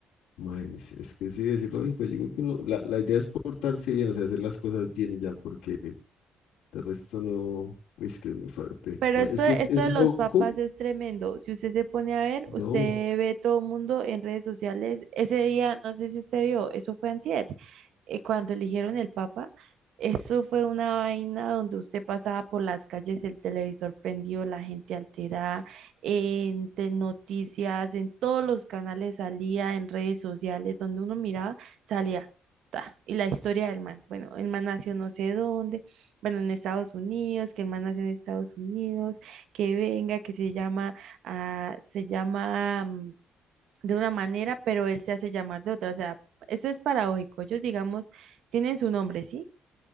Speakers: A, on the left; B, on the right.
A: imagínese, es que sí, es ilógico. Yo digo que no. La, la idea es portarse bien, o sea, hacer las cosas bien y ya, porque de resto no. uy, es que es muy fuerte.
B: Pero
A: Ma-
B: esto,
A: Es que
B: esto
A: es
B: de
A: loco.
B: los papas es tremendo. Si usted se pone a ver, usted
A: No.
B: ve todo el mundo en redes sociales. Ese día, no sé si usted vio, eso fue antier, eh, cuando eligieron el papa, eso fue una vaina donde usted pasaba por las calles, el televisor prendido, la gente alterada, en te- noticias, en todos los canales salía, en redes sociales, donde uno miraba, salía. ta, Y la historia del man. Bueno, el man nació no sé dónde bueno, en Estados Unidos, que el man nació en Estados Unidos, que venga, que se llama, ah, se llama mm, de una manera, pero él se hace llamar de otra. O sea, eso es paradójico. Ellos, digamos, tienen su nombre, ¿sí?